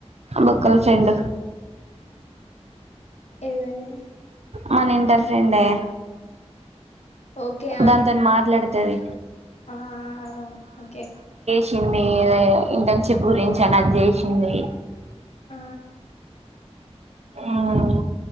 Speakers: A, on the right; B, on the left.
A: బొక్కల ఫ్రెండ్
B: ఎవరే
A: మన ఇంటర్ ఫ్రెండే
B: ఓకే
A: దాంతో
B: ఆ
A: నీ మాట్లాడుతది
B: ఆ ఓకే
A: చిన్ని ఇంటర్ షిప్ గురించి నాకు చేసింది
B: ఆ
A: ఉ